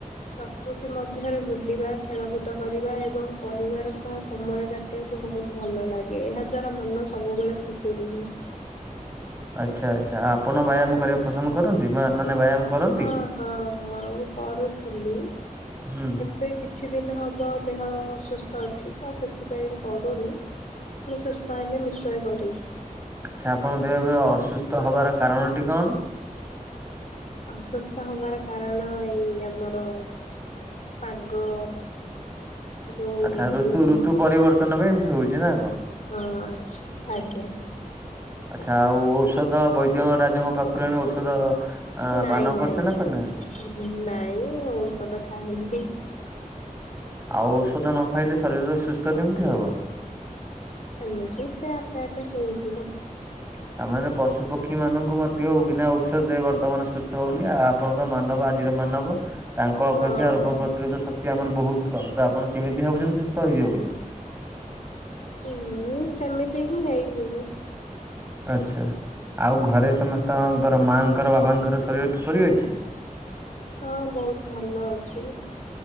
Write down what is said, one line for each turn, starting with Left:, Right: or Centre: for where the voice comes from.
Left: ସ୍କୃତି ମଧ୍ୟରେ ବୁଲିବା ଖେଳକୁଦ କରିବା ଏବଂ ପରିବାର ସହ ସମୟ କାଟିବାକୁ ବହୁତ ଭଲ ଭଲ ଲାଗେ ଏହା ଦ୍ଵାରା ମନ ସବୁବେଳେ ଖୁସି ରୁହେ।
Right: ଆଛା ଆଚ୍ଛା ଆପଣ ବ୍ୟାୟାମ କରିବାକୁ ପସନ୍ଦ କରନ୍ତି? ବା ବ୍ୟାୟାମ କରନ୍ତି?
Left: ହ ହଁ ହଁ ମୁଁ କରୁଥିଲି
Right: ହୁଁ
Left: ଏବେ କିଛି ଦିନ ହବ ଦେହ ଅସୁସ୍ ତ ଅଛି ତ ସେଥିପାଇଁ କରୁନି ପୁଣି ସୁସ୍ଥ ହେଲେ ନିଶ୍ଚୟ କରିବି।
Right: ଆଛା ଆପଣ ଦେହ ଏବେ ଅସୁସ୍ଥ ହବାର କାରଣଟି କଣ?
Left: ଅସୁସ୍ଥ ହବାର କାରଣ ଏଇ ଆମର ପାଗ ଯୋଉ
Right: ଆଚ୍ଛା ଋତୁ
Left: ମାନେ
Right: ଋତୁ ପରିବର୍ତ୍ତନ ପାଇଁ ଏମିତି ହଉଛି ନା କଣ?
Left: ହଁ ଆଛା ଆଜ୍ଞା।
Right: ଆଚ୍ଛା ଆଉ ଔଷଧ ବୈଦ୍ୟ ରାଜଙ୍କ ପାଖରୁ ଆଣି ଔଷଧ ଆ
Left: ନାଇଁ
Right: ପାନ କରିଛ
Left: ନାଇଁ
Right: ନା
Left: ନାଇଁ
Right: କରିନାହାନ୍ତି?
Left: ନାଇଁ ମୁଁ ଔଷଧ ଖାଇନି।
Right: ଆଉ ଔଷଧ ନ ଖାଇଲେ ଶରୀର ସୁସ୍ଥ କେମିତି ହବ?
Left: ଏମିତି ସେ ଆପେ ଆପେ ହେଇଯିବ।
Right: ସାମାନ୍ୟ ପଶୁ ପକ୍ଷୀ ମାନଙ୍କୁ ମଧ୍ୟ ବିନା ଔଷଧରେ ବର୍ତ୍ତମାନ ସୁସ୍ଥ ହଉନି ଆଉ ଆପଣ ତ ମାନବ ଆଜି ମାନବ ତାଙ୍କ ଅପେକ୍ଷା
Left: ହଁ
Right: ରୋଗ ପ୍ରତିରୋଧ ଶକ୍ତି କ୍ତି ଆମର ବହୁତ କମ୍ ତ ଆପଣ କେମିତି ଭାବୁଛନ୍ତି ସୁସ୍ଥ ହେଇଯିବେ ବୋଲି?
Left: ହୁଁ ସେମିତି ହିଁ ହେଇଯିବି।
Right: ଆଛା। ଆଉ ଘରେ ସମସ୍ତଙ୍କର ମାଆଙ୍କର ବାବାଙ୍କର ଶରୀର କିପରି ଅଛି?
Left: ହଁ ବହୁତ ଭଲ ଅଛି।